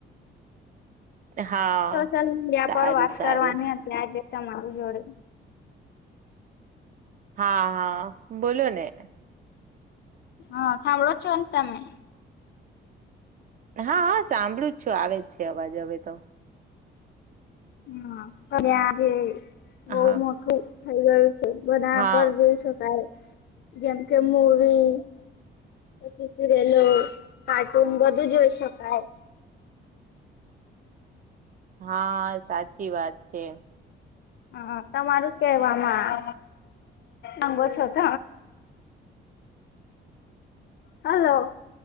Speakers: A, on the right; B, on the left.
A: હા
B: સોશિયલ મીડિયા
A: સારું
B: પર વાત
A: સારું
B: કરવાની હતી આજે તમારું જોડે
A: હા હા બોલો ને
B: હા સાંભળો છો તમે
A: હા હા સાંભળું જ છુ આવે જ છે અવાજ હવે તો
B: હમ્મ ત્યા જે બહ
A: હા
B: મોટું થઇ ગયું છે બનાવવા
A: હા
B: પર જોઈ શકાય જેમ કે મુવી પછી સિરિયલો કાર્ટૂન બધું જોઈ શકાય
A: હા સાચી વાત છે
B: હ તમારું જ કેહેવામાં રંગો છો ત હલો